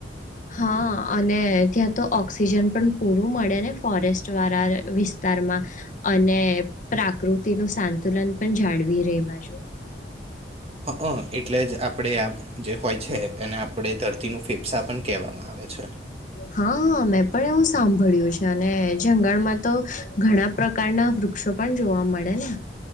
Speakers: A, on the left; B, on the right.
A: હા અને ત્યાં તો ઓક્સિજન પણ પૂરું મળે ને ફોરેસ્ટ વારા વિસ્તારમાં અને પ્રાકૃતિનું સાંતુલન પણ જાળવી રે એ બાજુ
B: હઅ એટલે જ આપણે આ જે હોય છે એને આપ આપણે ધરતીનું ફેફસાં પન કહેવામાં આવે છે.
A: હા મેં પણ એવું સાંભળ્યું છે અને જંગલમાં તો ઘણા પ્રકારના વૃક્ષો પણ જોવા મળે ને